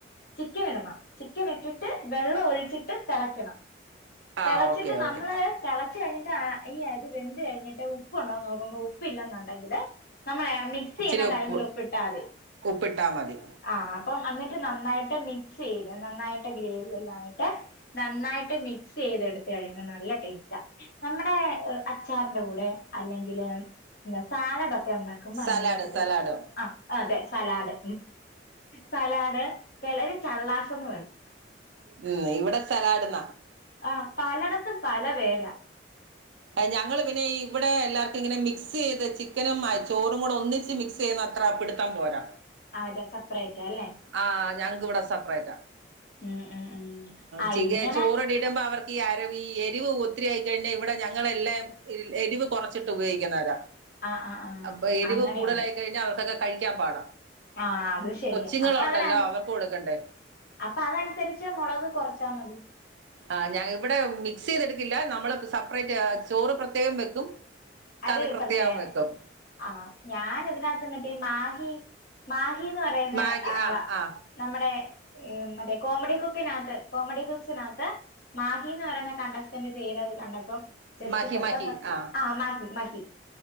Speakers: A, on the left; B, on the right.
A: ചിക്കനിടണം, ചിക്കനിട്ടിട്ട് വെള്ളം ഒഴിച്ചിട്ട് തെളയ്ക്കണം
B: ആഹ്
A: തെളച്ചിട്ട്
B: ഓക്കെ
A: നമ്മള്
B: ഓക്കെ
A: തെളച്ചു കഴ്ഞ്ട്ട് ആ ഈ അരി വെന്ത് കഴിഞ്ഞിട്ട് ഉപ്പ്ണ്ടോന്ന് നോക്കുമ്പോ ഉപ്പില്ലെന്നുണ്ടെങ്കില് നമ്മളെ മിക്സെയ്യുന്ന
B: ഇച്ചിരി ഉപ്പ്
A: ടൈമിലുപ്പിട്ടാതി
B: ഉപ്പിട്ടാ മതി
A: ആഹ് അപ്പം അന്നിട്ട് നന്നായിട്ട് മിക്സെയ്ത് നന്നായിട്ട് ഗ്രേവി എല്ലാആയിട്ട് നന്നായിട്ട് മിക്സെയ്തെടുത്ത് കഴിയുമ്പൊ നല്ല ടേസ്റ്റാ നമ്മടെ അച്ചാറിന്റെ കൂടെ അല്ലെങ്കില് ന്താ സാലടൊക്കെ ഒണ്ടാ ക്ക്മ്പോ
B: സലാഡ്
A: അയ്ന്റെ കൂട്ടത്തില്
B: സലാഡ്
A: ആഹ് അതെ സലാഡ്, സലാഡ് ചെലര് ചള്ളാസെന്ന് പറയും
B: ഉം ഇവിടെ സലാഡ് ന്നാ
A: ആഹ് പലടത്തും പല പേരാ
B: ഞങ്ങള് പിന്നെ ഇവിടെ എല്ലാർക്കുങ്ങനെ മിക്സെയ്ത് ചിക്കനും മായ് ചോറും കൂടെ ഒന്നിച്ച് മിക്സ് സെയ്യ്ന്നത്ര പിട്ത്തം പോരാ
A: ആ സെപ്പറേറ്റ് അല്ലേ
B: ആഹ് ഞങ്‌ക്ക് വടെ സപ്റേറ്റാ
A: ഉം ഉം ഉം ആ
B: ചികെ
A: ഇങ്ങനെ
B: ചോറ്ടിട്മ്പോ അവർക്കീ അരവ് ഈ എരിവ് ഒത്തിരിയായി കഴി ദെ ഇവിടെ ഞങ്ങളെല്ലാം എൽ എരിവ് കൊറച്ചിട്ട് ഉപയോഗിക്കുന്നവരാ.
A: ആ ആ ആ
B: അപ്പൊ എരിവ്
A: അങ്ങനെയുണ്ട്
B: കൂടലായി കഴിഞ്ഞാ അവർക്കൊക്കെ കഴിക്കാൻ പാടാ.
A: ആഹ് അത് ശരിയാ
B: കൊച്ചുങ്ങളുണ്ടല്ലോ
A: അപ്പ അവനൻ
B: അവർക്ക് കൊടുക്കണ്ടേ
A: അപ്പതൻസര്ച്ച് മൊളക് കൊറച്ചാ മതി.
B: ആഹ് ഞാ ഇവടെ മിക്സെ യ്തെട്ക്കില്ല നമ്മള് സപ്പ്റേറ്റ് ചോറ് പ്രത്യേകം വെക്കും.
A: അത്
B: കറി
A: പ്രത്യേകം
B: വെക്കും
A: ആഹ് ഞാനി തിനകത്ത്ന്നിട്ടേ മാഹി മാ ഹി ന്ന് പറയുന്നെ
B: മാഗി
A: ആളാ.
B: ആ ആ
A: നമ്മുടെ മറ്റേ കോമഡി കുക്കിനാത്ത് കോമഡി കുക്സിനകത്ത് മാ ഹിന്ന് പറയ്ന്ന കണ്ടൻസ്‌റ്റൻറ് ചെയ്തത് കണ്ടപ്പം ജസ്റ്റ്
B: മഹി
A: പെട്ടന്ന്
B: മഹി ആ
A: ആഹ് മഹി മഹി